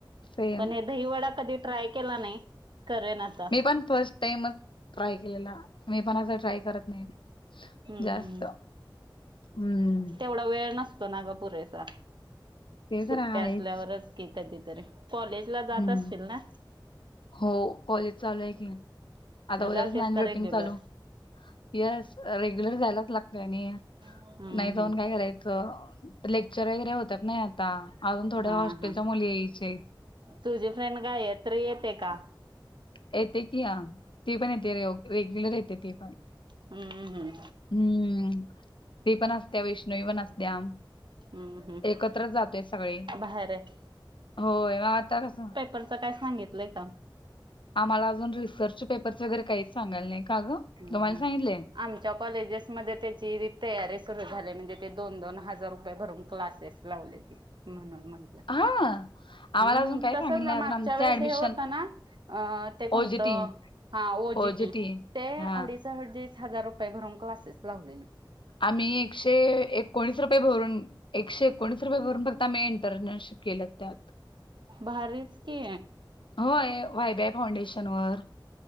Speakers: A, on the left; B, on the right.
A: सेम
B: पण हे दही वडा कधी ट्राय केला नाही करेन आता.
A: मी पण फर्स्ट टाईमच ट्राय केलेला मी पण अस ट्राय करत नाही.
B: हम्म
A: जास्त हम्म
B: तेवढा वेळ नसतो ना गं पुरेसा
A: ते
B: सुट्टया
A: तर आहेच
B: असल्यावरच की कधीतरी कॉलेजला जात
A: हम्म
B: असतील ना.
A: हो कॉलेज चालू आहेत की आता
B: मग
A: उद्यापासून
B: जातेस का रेग्युलर
A: <unintelligible> चालू. येस रेग्युलर जायलाच लागतय आणि
B: हम्म
A: नाही जाऊन
B: हम्म
A: काय करायचं? तर लेक्चर वगैरे होतात नाही आता अजून थोड्या
B: हा
A: हॉस्टेलच्या
B: हा
A: मुली यायचचेत.
B: तुझी फ्रेंड का आहे तर येते का?
A: येते की हा ती पण येते रेयो रेग्युलर येते ती पण.
B: हम्म हम्म
A: हम्म ती पण असत्या वैष्णवी पण असत्या.
B: हम्म हम्म
A: एकत्रच जातोय सगळी
B: बाहेर आहे
A: होय मग आता कस
B: <unintelligible> पण काय सांगितलंय का?
A: आम्हाला अजून रिसर्च पेपर्स वगैरे काहीच सांगाल नाही. का ग
B: हम्म
A: तुम्हाला
B: हम्म.
A: सांगितले
B: आमच्या कॉलेजेसमध्ये ते जी नीट तयारी सुरू झाली म्हणजे ते दोन दोन हजार रुपये भरून क्लासेस लावले ती म्हणून म्हण
A: हा. आम्हाला
B: हम्म
A: अजून काही
B: तसच
A: सांगितलं
B: ना
A: नाही
B: मागच्या
A: अजून आमच
B: वेळेस
A: ऍडमिशन
B: हे होतं ना. अ ते कोणत
A: ओजीटी
B: हा ओ जी
A: ओजीटी
B: की ते
A: हा
B: ते अडीच हजार रुपये भरून क्लासेस लावलेत.
A: आम्ही एकशे एकोणीस रुपये भरून एकशे एकोणीस रुपये वरून बघता आम्ही इंटर्नशिप केलं त्या.
B: भारीच की.
A: होय वायभाय फाउंडेशन वर.